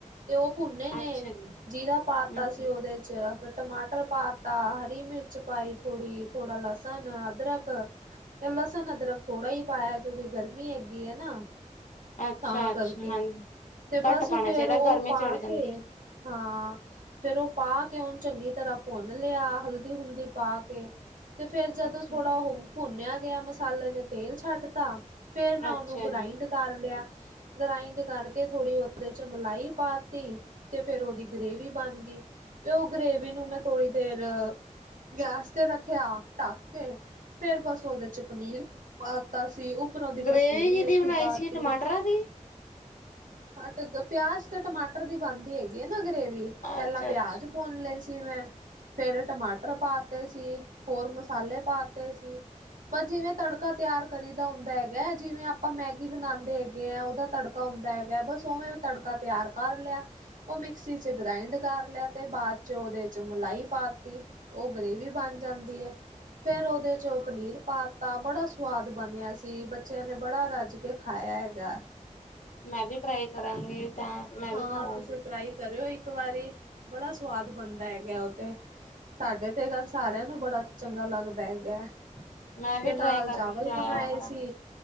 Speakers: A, on the right (about 80°); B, on the left (about 70°).
A: ਤੇ ਉਹ ਭੁੰਨੇ ਨੇਂ,
B: ਅੱਛਾ ਜੀ
A: ਜੀਰਾ ਪਾ
B: ਹੂੰ
A: ਤਾਂ ਸੀ ਉਹ ਉਹਦੇ ਚ ਫਿਰ ਟਮਾਟਰ ਪਾ ਤਾਂ ਹਰੀ ਮਿਰਚ ਪਾਈ ਥੋੜੀ ਥੋੜਾ ਲਸਣ ਅਦਰਕ ਤੇ ਲਸਣ ਅਦਰਕ ਥੋੜ੍ਹਾ ਹੀ ਪਾਇਆਂ, ਕਿਉਕਿ ਗਰਮੀ ਹੈਗੀ ਐ ਨਾ
B: ਅੱਛਾ
A: ਤਾਂ
B: ਅੱਛਾ
A: ਕਰਕੇ,
B: ਹਾਂਜੀ
A: ਤੇ ਬਸ
B: ਘੱਟ ਪਾਉਣਾ
A: ਫ਼ਿਰ
B: ਚਾਹੀਦਾ
A: ਉਹ
B: ਗਰਮੀ
A: ਪਾ
B: ਚੜ ਜਾਂਦੀ
A: ਕੇ
B: ਹੈ
A: ਹਾਂ। ਫੇਰ ਉਹ ਪਾ ਕੇ ਉਨ ਚੰਗੀ ਤਰ੍ਹਾਂ ਭੁੰਨ ਲਿਆ ਹਲਦੀ ਹੁਲਦੀ ਪਾ ਕੇ- ਤੇ ਫੇਰ ਜਦੋ
B: ਅੱਛਾ
A: ਥੋੜ੍ਹਾ ਹੋਰ ਭੁੰਨਿਆ ਗਿਆ ਮਸਾਲੇ ਨੇ ਤੇਲ ਛੱਡ ਤਾ। ਫੇਰ ਮੈ ਉਹਨੂੰ
B: ਅੱਛਾ
A: ਗਰਾਇੰਡ
B: ਜੀ
A: ਕਰ ਲਿਆ ਗ੍ਰਾਇੰਡ ਕਰਕੇ ਥੋੜ੍ਹੀ ਉਹਦੇ ਚ ਮਲਾਈ ਪਾਤੀ- ਤੇ ਫੇਰ ਉਹਦੀ ਗ੍ਰੇਵੀ ਬਣ ਗਈ ਤੇ ਉਹ ਗ੍ਰੇਵੀ ਨੂੰ ਮੈ ਥੋੜ੍ਹੀ ਦੇਰ- ਗੈਸ ਤੇ ਰੱਖਿਆ ਢੱਕ ਕੇ- ਫੇਰ ਬਸ ਉਹਦੇ ਚ ਪਨੀਰ ਪਾਤਾ ਸੀ। ਉਪਰੋ ਦੀ
B: ਗ੍ਰੇਵੀ
A: ਕਸਤੂਰੀ
B: ਕਿਦੀ
A: ਮੇਥੀ
B: ਬਣਾਈ
A: ਪਾਤੀ-
B: ਸੀ ਟਮਾਟਰਾਂ ਦੀ
A: ਹਟ ਪਿਆਜ ਤੇ ਟਮਾਟਰ ਦੀ ਬਣਦੀ ਹੈਗੀ ਏ ਨਾ ਗ੍ਰੇਵੀ ਪਹਿਲਾ
B: ਅੱਛਾ
A: ਪਿਆਜ
B: ਅੱਛਾ
A: ਭੁਨ ਲੇ ਸੀ ਮੈ ਫੇਰ ਟਮਾਟਰ ਪਾ- ਤੇ ਸੀ ਹੋਰ ਮਸਾਲੇ ਪਾਤੇ ਸੀ। ਪਰ ਜਿਵੇ ਤੜਕਾ ਤਿਆਰ ਕਰੀ ਦਾ ਹੁੰਦਾ ਹੈਗੈ ਜਿਵੇ ਆਪਾਂ ਮੈਗੀ ਬਣਾਂਦੇ ਹੈਗੇ ਆ ਉਹਦਾ ਤੜਕਾ- ਤੜਕਾ ਹੁੰਦਾ ਹੈਗੈ ਬਸ ਉਵੇ ਤੜਕਾ ਤਿਆਰ ਕਰ ਲਿਆ। ਉਹ ਮਿਕਸੀ ਚ ਗਰਾਇੰਡ ਕਰ ਲਿਆ ਤੇ ਬਾਅਦ ਚ ਉਹਦੇ ਚ ਮਲਾਈ ਪਾਤੀ- ਉਹ ਗ੍ਰੇਵੀ ਬਣ ਜਾਂਦੀ ਐ। ਫੇਰ ਉਹਦੇ ਚੋਂ ਪਨੀਰ ਪਾਤਾ ਬੜਾ ਸੁਆਦ ਬਣਿਆ ਸੀ ਬੱਚਿਆਂ ਨੇ ਬੜਾ ਰੱਜ- ਕੇ ਖਾਇਆ ਹੈਗਾ
B: ਮੈ ਵੀ ਟਰਾਈ ਕਰਾਂਗੀ ਤਾਂ- ਮੈਂ
A: ਹਾਂ
B: ਵੀ ਖਾਵਾਂਗੀ
A: ਤੁਸੀ ਟਰਾਈ ਕਰਿਓ ਇਕ ਵਾਰੀ ਬੜਾ ਸੁਆਦ ਬਣਦਾ ਹੈਗੈ ਉਹ ਤੇ- ਸਾਡੇ ਤੇ ਘਰ ਸਾਰਿਆਂ ਨੂੰ ਬੜਾ ਚੰਗਾ ਲੱਗਦਾ ਹੈਗੈ।
B: ਮੈਂ ਵੀ
A: ਤੇ ਨਾਲ
B: ਟਰਾਈ ਕਰਕੇ
A: ਚਾਵਲ
B: ਖਿਲਾਇਆ
A: ਬਣਾਏ
B: ਵਾ ਕਰਾਂਗੀ।
A: ਸੀ।